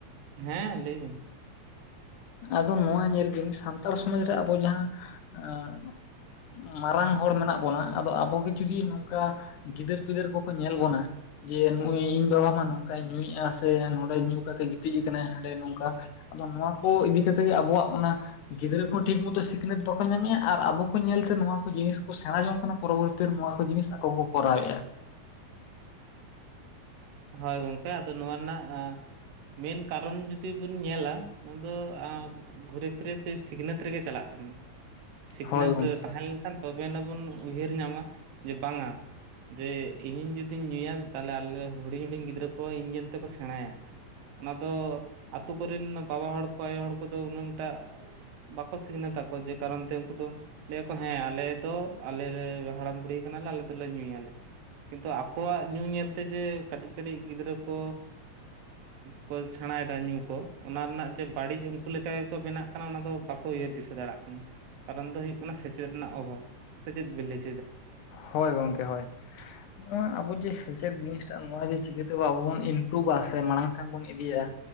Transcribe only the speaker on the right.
ᱦᱮᱸ ᱞᱟᱹᱭ ᱵᱤᱱ ᱾
ᱦᱳᱭ ᱜᱚᱝᱠᱮ ᱟᱫᱚ ᱱᱚᱣᱟ ᱨᱮᱱᱟᱜ ᱢᱮᱱ ᱠᱟᱨᱚᱱ ᱡᱩᱫᱤ ᱵᱤᱱ ᱧᱮᱞᱟ ᱱᱚᱣᱟ ᱫᱚ ᱜᱷᱩᱨᱮ ᱯᱷᱤᱨᱮ ᱥᱮ ᱥᱤᱠᱷᱱᱟᱹᱛ ᱨᱮᱜᱮ ᱪᱟᱞᱟᱜ ᱠᱟᱱᱟ ᱥᱤᱠᱷᱱᱟᱹᱛ
ᱛᱟᱦᱮᱸ
ᱞᱮᱱᱠᱷᱟᱱ ᱛᱚᱵᱮ ᱱᱟ ᱵᱚᱱ ᱩᱭᱦᱟᱹᱨ ᱧᱟᱢᱟ ᱡᱮ ᱵᱟᱝᱟ ᱡᱮ ᱤᱧ ᱡᱩᱫᱤᱧ ᱧᱩᱭᱟ ᱛᱟᱦᱚᱞᱮ ᱟᱞᱮ ᱦᱩᱰᱤᱧ ᱦᱩᱰᱤᱧ ᱜᱤᱫᱽᱨᱟᱹ ᱠᱚ ᱤᱧ ᱧᱮᱞ ᱛᱮᱠᱚ ᱥᱮᱬᱟᱭᱟ᱾ ᱚᱱᱟ ᱫᱚ ᱟᱛᱳ ᱠᱚᱨᱮᱱ ᱵᱟᱵᱟ ᱦᱚᱲ ᱠᱚ ᱟᱭᱳ ᱦᱚᱲ ᱠᱚᱫᱚ ᱩᱱᱟᱝ ᱴᱟᱜ ᱵᱟᱠᱚ ᱥᱤᱠᱷᱱᱟᱹᱛ ᱟᱠᱚ ᱡᱮ ᱠᱟᱨᱚᱱ ᱛᱮ ᱩᱱᱠᱩ ᱫᱚ ᱞᱟᱹᱭᱟᱠᱚ ᱦᱮᱸ ᱟᱞᱮ ᱫᱚ ᱟᱞᱮ ᱦᱟᱲᱟᱢ ᱵᱩᱲᱦᱤ ᱠᱟᱱᱟᱞᱮ ᱟᱞᱮ ᱫᱚᱞᱮ ᱧᱩᱭᱟᱞᱮ ᱠᱤᱱᱛᱩ ᱟᱠᱚᱣᱟᱜ ᱧᱩ ᱧᱮᱞᱛᱮ ᱡᱮ ᱠᱟᱹᱴᱤᱡ ᱠᱟᱹᱴᱤᱡ ᱜᱤᱫᱽᱨᱟᱹ ᱠᱚ ᱠᱚ ᱥᱮᱬᱟᱭᱮᱫᱟ ᱧᱩ ᱠᱚ ᱚᱱᱟ ᱨᱮᱱᱟᱜ ᱡᱮ ᱵᱟᱹᱲᱤᱡ ᱩᱱᱠᱩ ᱞᱮᱠᱟ ᱜᱮᱠᱚ ᱵᱮᱱᱟᱜ ᱠᱟᱱᱟ ᱚᱱᱟ ᱫᱚ ᱵᱟ ᱩᱭᱦᱟᱹᱨ ᱫᱤᱥᱟᱹ ᱫᱟᱲᱮᱭᱟᱜ ᱠᱟᱱᱟ ᱠᱟᱨᱚᱱ ᱫᱚ ᱦᱩᱭᱩᱜ ᱠᱟᱱᱟ ᱥᱮᱪᱮᱫ ᱨᱮᱱᱟᱜ ᱚᱵᱷᱟᱵᱽ ᱥᱮᱪᱮᱫ ᱵᱤᱱ ᱞᱟ. ᱭ